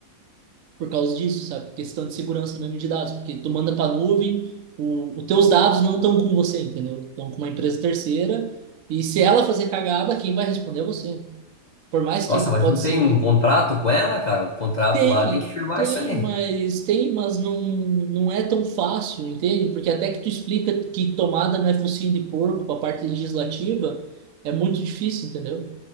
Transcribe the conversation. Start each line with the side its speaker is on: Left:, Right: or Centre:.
Right: Por causa disso, sabe? Questão de segurança mesmo de dados, porque tu manda para nuvem, o, os teus dados não estão com você, entendeu? Estão com uma empresa terceira, e se ela fazer cagada, quem vai responder é você. Por mais que
Left: Nossa, mas
Right: pode
Left: não
Right: ser
Left: tem um contrato com ela, cara? O contrato
Right: Tem,
Left: lá tem que firmar
Right: tem,
Left: isso aí.
Right: mas tem, mas não, não é tão fácil, entende? Porque até que tu explica que tomada não é focinho de porco, a parte legislativa, é muito difícil, entendeu?